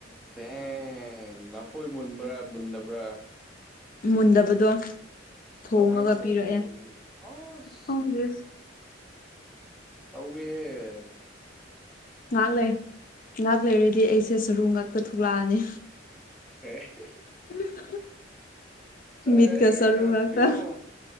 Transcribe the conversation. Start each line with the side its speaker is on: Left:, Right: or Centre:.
Centre: ꯊꯦꯡ ꯂꯐꯣꯏ ꯃꯨꯟꯕ꯭ꯔꯥ ꯃꯨꯟꯗꯕ꯭ꯔꯥ꯫
Left: ꯃꯨꯟꯗꯕꯗꯣ ꯊꯣꯉꯒ
Centre: ꯀꯃꯥꯏꯅ ꯊꯣꯡꯕꯕꯨ
Left: ꯄꯤꯔꯛꯑꯦ
Centre: ꯑꯁ
Left: ꯈꯪꯗꯦꯁ꯫
Centre: ꯇꯧꯋꯦꯍꯦ꯫
Left: ꯉꯥꯍꯥꯛ ꯂꯩ ꯉꯥꯍꯥꯛ ꯂꯩꯔꯗꯤ ꯑꯩꯁꯦ ꯁꯔꯨ ꯉꯥꯛꯇ ꯊꯣꯛꯂꯛꯑꯅꯤ꯫
Centre: <unintelligible>
Left: <unintelligible>
Centre: ꯑꯥꯏꯒ
Left: ꯃꯤꯠꯀ ꯁꯔꯨ ꯉꯥꯛꯇ
Centre: ꯀꯩꯅꯣ꯫